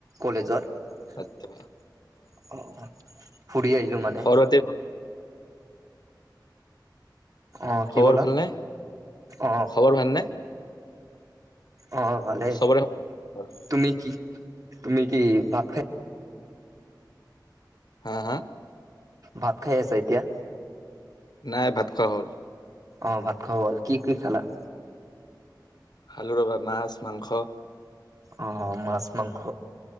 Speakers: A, on the right (about 45°); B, on the left (about 65°).
A: কলেজত
B: আচ্ছা
A: অ ফুৰি আহিলো মানে
B: খবৰ পাতি,
A: অঁ কি
B: খবৰ
A: ক'লা
B: ভালনে?
A: অঁ
B: খবৰ ভালনে?
A: অ ভালেই
B: চবৰে খবৰ ভাল।
A: তুমি কি তুমি কি ভাত খাই
B: হা হা
A: ভাত খাই আছা এতিয়া?
B: নাই ভাত খোৱা হ'ল।
A: অ' ভাত খোৱা হ'ল কি কি খালা?
B: খালো ৰবা মাছ মাংস।
A: অ' মাছ মাংস